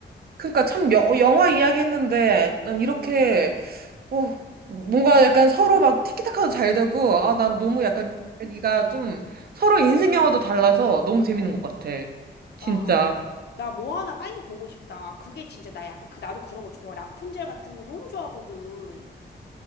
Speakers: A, on the right; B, on the left.
A: 그러니까 참 여, 영화 이야기 했는데, 난 이렇게 어, 뭔가 약간 서로 막 티키타카도 잘 되고, 아, 난 너무 약간 여기가 좀 서로 인생 영화도 달라서 너무 재밌는 것 같아. 진짜.
B: 와, 나 뭐 하나 빨리 보고 싶다. 그게 진짜 나 약간 그, 나도 그런 거 좋아. 라푼젤 같은 거 너무 좋아하거든.